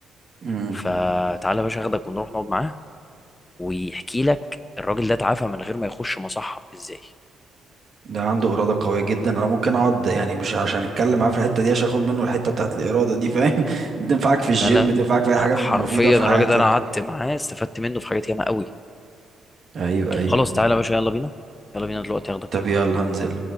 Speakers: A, on the right (about 45°); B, on the left (about 20°).
A: امم
B: فتعالى يا باشا اخدك ونروح نقعد معاه ويحكي لك الراجل ده تعافى من غير ما يخش مصحة ازاي
A: ده عنده إرادة قوية جدا انا ممكن اقعد يعني مش عشان اتكلم معاه في الحتة دي عشان اخد منه الحتة بتاعت الإرادة دي فاهم <laughs> بتنفعك في الجيم
B: لا لا
A: بتنفعك في اي
B: حرفيا
A: حاجة مفيدة في
B: الراجل
A: حياتك
B: ده انا قعدت معاه استفدت منه في حاجات ياما قوي
A: ايوه ايوه
B: خلاص تعالى يا باشا يلا بينا يلا بينا دلوقتي اخدك
A: طب
B: ونروح
A: يلا هنزل